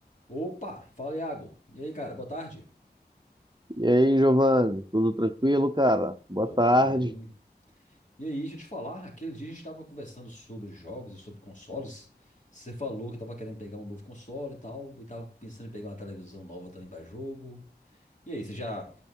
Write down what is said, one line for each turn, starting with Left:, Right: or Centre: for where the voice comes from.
Left: Opa, fala Iago. E aí, cara, boa tarde.
Right: E aí, Giovanni, tudo tranquilo, cara? Boa
Left: Ô,
Right: tarde.
Left: tudo bem? E aí, deixa eu te falar, aquele dia a gente estava conversando sobre jogos e sobre consoles. Você falou que estava querendo pegar um novo console e tal, e estava pensando em pegar uma televisão nova também para jogo. E aí, você já